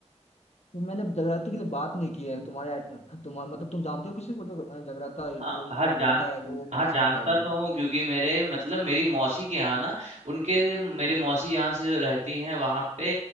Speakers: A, on the left (about 65°); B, on the right (about 85°).
A: तो मैंने जगराते के लिए बात नहीं की है तुम्हारे तुम्हारा मतलब तुम जानते हो किसी को जो जगराता
B: हाँ,
A: जो इवेंट
B: हाँ जान
A: होता है वो मैनेज
B: हाँ जानता
A: करता है वो
B: तो हूँ क्योंकि मेरे मतलब मेरी मौसी के यहाँ ना उनके मेरे मौसी यहाँ से रहती हैं वहाँ पे